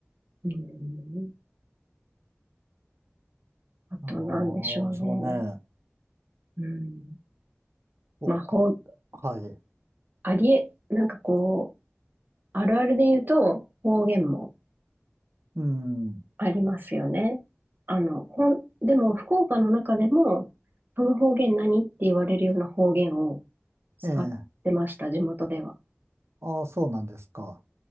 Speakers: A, on the right; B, on the right.
A: うん。あとなんでしょうね。
B: ああ、そうね。
A: うん。
B: そうか。
A: まあ、ほう、
B: はい。
A: ありえ、なんかこう、あるあるで言うと方言も
B: うん。
A: ありますよね。あの、ほん、でも福岡の中でも、その方言何って言われるような方言を使ってました、
B: ええ。
A: 地元では。
B: ああ、そうなんですか。